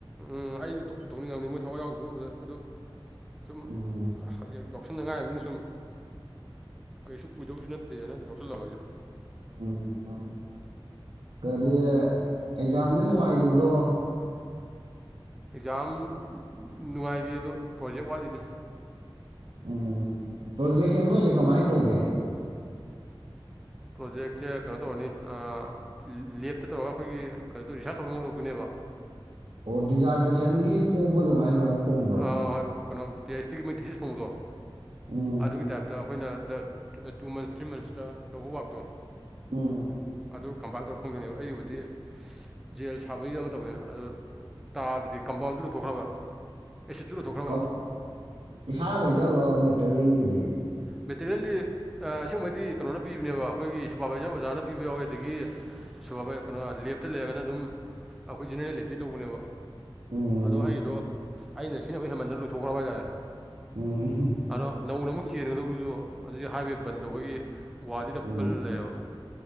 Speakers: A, in the centre; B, on the right.
A: ꯎꯝ ꯑꯩꯖꯨ ꯇꯣꯛ ꯇꯧꯅꯤꯡꯉꯝꯅꯤ ꯃꯣꯏ ꯊꯋꯥꯏ ꯌꯥꯎꯗꯕꯗꯨ ꯎꯕꯗ ꯑꯗꯨ ꯁꯨꯝ
B: ꯎꯝ
A: <unintelligible> ꯂꯤꯁꯤꯡ ꯃꯉꯥꯅꯤꯅ ꯁꯨꯝ ꯀꯩꯁꯨ ꯀꯨꯏꯗꯧꯖꯨ ꯅꯠꯇꯦꯅ ꯑꯗꯨꯝ ꯂꯧꯁꯜꯂꯕ ꯑꯩꯖꯨ꯫
B: ꯎꯝ ꯀꯔꯤ ꯑꯦꯛꯖꯥꯝꯗꯤ ꯅꯨꯡꯉꯥꯏꯒꯤꯕ꯭ꯔꯣ꯫
A: ꯑꯦꯛꯖꯥꯝ ꯅꯨꯡꯉꯥꯏꯒꯤ ꯑꯗꯣ ꯄ꯭ꯔꯣꯖꯦꯛ ꯋꯥꯠꯂꯤꯅꯦ꯫
B: ꯎꯝ ꯄ꯭ꯔꯣꯖꯦꯛꯁꯦ ꯅꯣꯏꯖꯦ ꯀꯃꯥꯏ ꯇꯧꯒꯦ꯫
A: ꯄ꯭ꯔꯣꯖꯦꯛꯁꯦ ꯀꯩꯅꯣ ꯇꯧꯔꯅꯤ ꯑ ꯂꯦꯞꯇ ꯇꯧꯔꯒ ꯑꯩꯈꯣꯏꯒꯤ ꯀꯩꯅꯣ ꯇꯧ ꯔꯤꯁꯥꯔꯁ ꯇꯧꯕ ꯃꯑꯣꯡ ꯇꯧꯗꯣꯏꯅꯦꯕ꯫
B: ꯑꯣ ꯗꯤꯖꯥꯔꯗꯦꯁꯒꯤ ꯐꯣꯡꯕ ꯑꯗꯨꯃꯥꯏ ꯑꯗꯨꯃꯥꯏꯅ ꯐꯣꯡꯕ꯭ꯔꯣ꯫
A: ꯍꯣꯏ ꯀꯩꯅꯣ ꯄꯤ ꯑꯩꯆ ꯗꯤꯒꯤ ꯃꯣꯏ ꯊꯦꯁꯤꯁ ꯐꯣꯡꯕꯗꯣ
B: ꯎꯝ
A: ꯑꯗꯨꯒꯤ ꯇꯥꯏꯞꯇ ꯑꯩꯈꯣꯏꯅ ꯗ ꯇꯨ ꯃꯟꯁ ꯊ꯭ꯔꯤ ꯃꯟꯁꯇ ꯇꯧꯕ ꯋꯥꯛꯇꯣ
B: ꯎꯝ꯫
A: ꯑꯗꯨ ꯀꯝꯄꯥꯏꯜ ꯇꯧꯔ ꯐꯪꯗꯣꯏꯅꯦꯕ ꯑꯩꯒꯤꯕꯨꯗꯤ ꯖꯦꯜ ꯁꯥꯕꯒꯤ ꯑꯃ ꯇꯧꯋꯦ ꯑꯗꯨ ꯇꯥꯗ꯭ꯔꯤ ꯀꯝꯄꯥꯎꯟꯖꯨ ꯂꯨꯊꯣꯛꯈ꯭ꯔꯕ꯫ ꯑꯦꯁꯤꯠꯁꯨ
B: <unintelligible>
A: ꯂꯨꯊꯣꯛꯈ꯭ꯔꯕ
B: ꯏꯁꯥꯅ ꯂꯩꯖꯕꯔꯣ <unintelligible>
A: ꯃꯦꯇꯔꯤꯌꯦꯜꯗꯤ ꯑ ꯑꯁꯦꯡꯕꯩꯗꯤ ꯀꯩꯅꯣꯅ ꯄꯤꯕꯅꯦꯕ ꯑꯩꯈꯣꯏꯒꯤ ꯁꯨꯄꯔꯕꯥꯏꯖꯔ ꯑꯣꯖꯥꯅ ꯄꯤꯕ ꯌꯥꯎꯋꯤ ꯑꯗꯒꯤ ꯁꯨ ꯀꯩꯅꯣ ꯂꯦꯞꯇ ꯂꯩꯔꯒꯅ ꯑꯗꯨꯝ ꯑꯩꯈꯣꯏ ꯖꯦꯅꯦꯔꯦꯜ ꯂꯦꯞꯇꯒꯤ ꯂꯧꯕꯅꯦꯕ꯫
B: ꯎꯝ
A: ꯑꯗꯣ ꯑꯩꯒꯤꯗꯣ ꯑꯩꯅ ꯁꯤꯟꯅꯕ ꯍꯦꯃꯟꯗꯅ ꯂꯣꯏꯊꯣꯛꯈ꯭ꯔꯕ ꯍꯥꯏꯇꯥꯔꯦ꯫
B: ꯎꯝ꯫
A: ꯑꯗꯣ ꯅꯧꯅ ꯑꯃꯨꯛ ꯆꯦꯟꯒꯗꯧꯗꯨꯁꯨ ꯍꯧꯖꯤꯛ ꯍꯥꯏꯋꯦ ꯕꯟ ꯇꯧꯕꯒꯤ ꯒꯨꯍꯥꯇꯤꯗ
B: ꯎꯝ
A: ꯄꯜ ꯂꯩꯔꯕ